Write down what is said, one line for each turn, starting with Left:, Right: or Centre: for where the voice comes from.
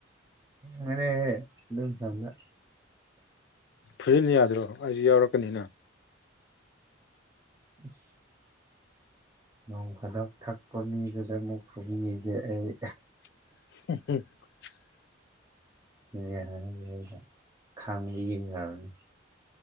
Right: ꯃ ꯗ ꯁꯗ
Left: ꯐꯨꯖꯤꯅ ꯌꯥꯗ꯭ꯔꯣ ꯑꯩꯁꯨ ꯌꯥꯎꯔꯛꯀꯅꯤꯅ
Right: ꯑꯁ ꯅꯣꯡ ꯈꯨꯗꯛ ꯊꯛꯄ ꯃꯤꯗꯨꯗ ꯑꯃꯨꯛ ꯈꯨꯕꯤꯁꯦ ꯑꯩ
Left: <inaudible>
Right: ꯌꯥꯔꯔꯦꯗ ꯈꯥꯡꯕ ꯌꯦꯡꯈ꯭ꯔꯕꯅꯤ